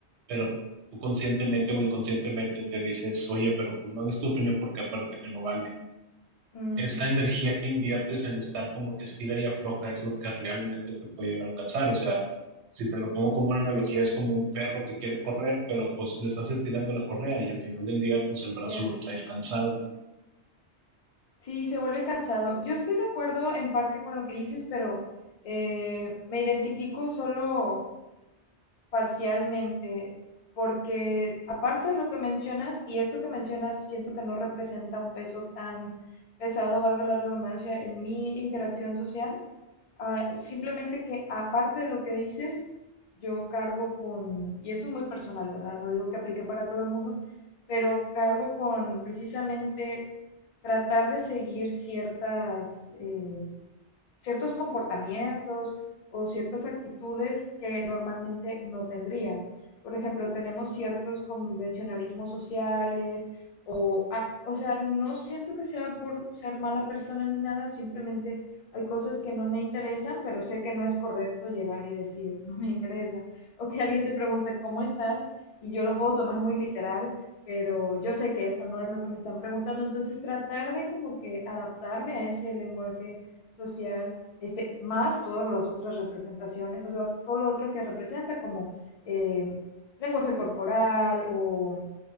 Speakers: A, on the right; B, on the left.
A: pero tú conscientemente o inconscientemente te dices, oye, pero pues no des tu opinión porque acuérdate que no vale.
B: Ujú,
A: Esa energía que inviertes en estar como que estira y afloja es lo que realmente te puede llegar a cansar. O sea, si te lo pongo como una analogía, es como un perro que quiere correr, pero pues le estás estirando la correa y al final del día, pues el brazo
B: Ya.
A: lo traes cansado.
B: Sí, se vuelve cansado. Yo estoy de acuerdo en parte con lo que dices, pero eh, me identifico solo parcialmente, porque aparte de lo que mencionas, y esto que mencionas siento que no representa un peso tan pesado, valga la redundancia, en mi interacción social, ah, simplemente que aparte de lo que dices, yo cargo con, y esto es muy personal, ¿verdad? No digo que aplique para todo el mundo, pero cargo con precisamente tratar de seguir ciertas eh, ciertos comportamientos o ciertas actitudes que normalmente no tendría. Por ejemplo, tenemos ciertos convencionalismos sociales o, ah, o sea, no siento que sea por ser mala persona ni nada, simplemente hay cosas que no me interesan, pero sé que no es correcto llegar y decir, no me interesa. O que alguien te pregunte, ¿cómo estás? Y yo lo puedo tomar muy literal, pero yo sé que eso no es lo que me están preguntando. Entonces, tratar de como que adaptarme a ese lenguaje social, este, más todas las otras representaciones, o sea, todo lo otro que representa como eh, lenguaje corporal o